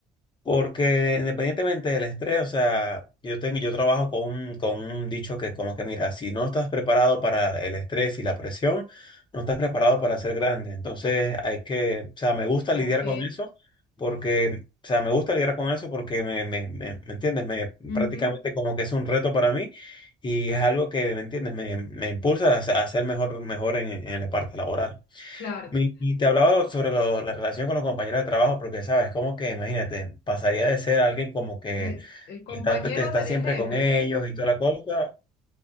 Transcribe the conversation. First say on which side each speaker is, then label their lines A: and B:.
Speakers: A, on the left; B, on the left.
A: Porque independientemente del estrés, o sea, yo tengo, yo trabajo con un, con un dicho que como que mira, si no estás preparado para el estrés y la presión, no estás preparado para ser grande. Entonces hay que, o sea, me gusta
B: Ok,
A: lidiar con eso porque, o sea, me gusta lidiar con eso porque me, me, me, ¿me entiendes? Me
B: ujú,
A: prácticamente como que es un reto para mí y es algo que, ¿me entiendes? Me, me impulsa a, a ser mejor, mejor en, en la parte laboral.
B: Claro.
A: Mi- Y te hablaba sobre lo- la relación con los compañeros de trabajo, porque sabes, como que imagínate, pasaría de ser alguien como que
B: De, el compañero
A: está- te te está
B: a ser
A: siempre
B: el jefe.
A: con ellos y toda la cosa,